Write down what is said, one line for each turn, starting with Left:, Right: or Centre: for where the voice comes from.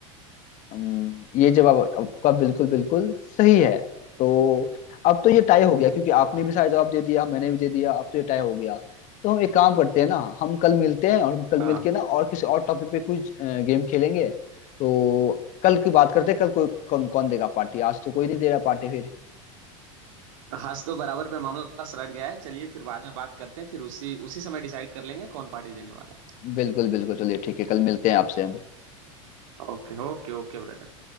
Left: अम, ये जवाब आपका बिल्कुल बिल्कुल सही है तो अब तो ये टाई हो गया क्योंकि आपने भी सारे जवाब दे दिया मैंने भी दे दिया अब तो ये टाई हो गया तो हम एक काम करते हैं ना हम कल मिलते हैं और हम कल
Right: हाँ
Left: मिलके ना और किसी और टॉपिक पे कुछ गेम खेलेंगे तो कल की बात करते हैं कल कोई कौन कौन देगा पार्टी आज तो कोई नहीं दे रहा पार्टी फिर
Right: आज तो बराबर पे मामला सलट गया है चलिए फिर बाद में बात करते हैं फिर उसी उसी समय डिसाइड कर लेंगे कौन पार्टी देने वाला
Left: बिल्कुल बिल्कुल चलिए ठीक है कल मिलते हैं आपसे हम
Right: है Okay okay okay brother